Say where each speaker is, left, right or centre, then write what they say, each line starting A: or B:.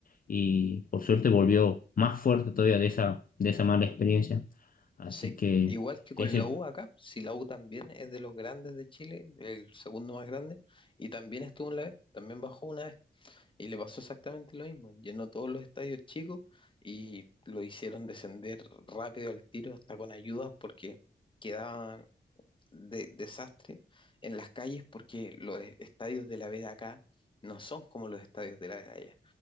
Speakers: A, on the left; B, on the left.
A: Y por suerte volvió más fuerte todavía de esa, de esa mala experiencia. Así
B: sí.
A: que
B: Igual que con
A: ese,
B: la U acá, si la U también es de los grandes de Chile, el segundo más grande, y también estuvo en la B, también bajó una vez. Y le pasó exactamente lo mismo. Llenó todos los estadios chicos y lo hicieron descender rápido al tiro hasta con ayudas porque quedaban de desastre en las calles porque los e- estadios de la B de acá no son como los estadios de la B de allá.